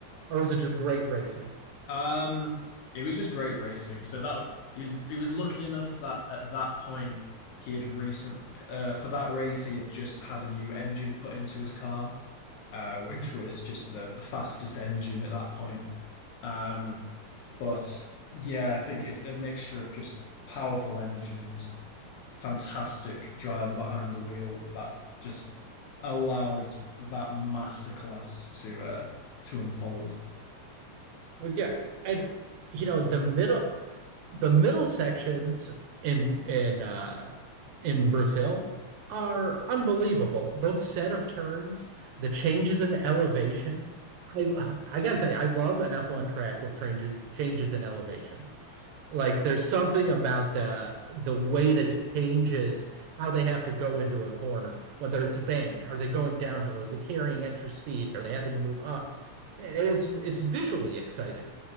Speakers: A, on the right; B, on the left.
A: Or was it just great racing?
B: Um, it was just great racing. So that he was he was lucky enough that at that point he had recently uh for that race he had just had a new engine put into his car, uh, which
A: Mhm.
B: was just the the fastest engine at that point. Um, but yeah, I think it's a mixture of just powerful engine and fantastic driver behind the wheel that just allowed that masterclass to uh to unfold.
A: Oh, yeah, and you know the middle the middle sections in in uh, in Brazil are unbelievable. Those set of turns, the changes in the elevation. I I gotta tell you, I love an F1 track with changes changes in elevation. Like there's something about the the way that it changes how they have to go into a corner, whether it's banked, are they going downhill, are they carrying extra speed, are they having to move up? And it's it's visually exciting.